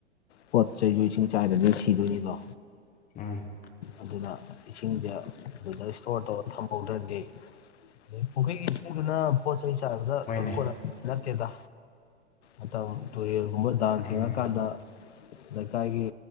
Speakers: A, on the left; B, on the left.
A: ꯄꯣꯠ ꯆꯩꯁꯨ ꯏꯁꯤꯡ ꯆꯥꯏꯔꯗꯤ ꯁꯤꯗꯣꯏꯅꯤꯗꯣ
B: ꯎꯝ
A: ꯑꯗꯨꯅ ꯏꯁꯤꯡꯁꯦ ꯑꯗꯨꯖ ꯏꯁꯇꯣꯔ ꯇꯧꯔ ꯊꯝꯍꯧꯗ꯭ꯔꯗꯤ ꯑꯗꯨ ꯄꯨꯈ꯭ꯔꯤꯒꯤ ꯏꯁꯤꯡꯗꯨꯅ ꯄꯣꯠ ꯑꯩ ꯆꯥꯕꯗ
B: ꯍꯣꯏꯅꯦ
A: ꯀꯣꯟꯂ ꯅꯠꯇꯦꯗ ꯑ ꯇꯨꯏ ꯒꯨꯝꯕ ꯗꯥꯟ
B: ꯎꯝ
A: ꯊꯦꯡꯉꯀꯥꯟꯗ ꯂꯩꯀꯥꯏꯒꯤ